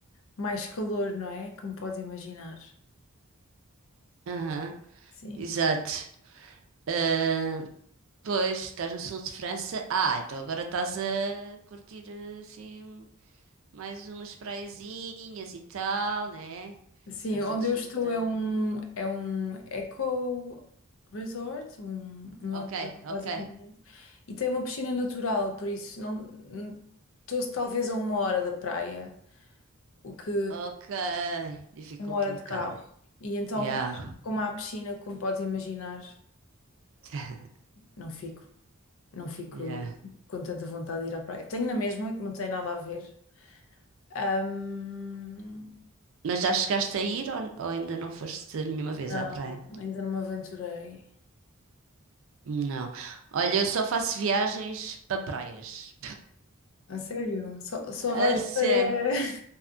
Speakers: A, on the left; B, on the right.
A: mais calor, não é? Como podes imaginar.
B: Aham,
A: Sim.
B: exato. Ah, Pois, estás no sul de França. Ah, então agora estás a curtir assim mais umas praiazinhas e tal, né?
A: Sim,
B: Estás
A: onde
B: a desfrutar.
A: eu estou é um, é um eco resort, um, um
B: Ok,
A: hotel,
B: ok,
A: basicamente, e tem uma piscina natural, por isso não não- estou talvez a uma hora da praia, o que
B: ok. Dificulta
A: uma hora
B: um
A: de
B: bocado,
A: carro.
B: né?
A: E então,
B: Yeah,
A: como há piscina, como podes imaginar,
B: <laughs>
A: não fico, não fico
B: yeah.
A: com tanta vontade de ir à praia. Tenho na mesma, que não tem nada a ver. Ahm,
B: Mas já chegaste a ir ou, ou ainda não foste nenhuma vez
A: não,
B: à praia?
A: ainda não me aventurei.
B: Não. Olha, eu só faço viagens para praias.
A: A sério? Só, só
B: A
A: vais
B: sério.
A: para. <laughs>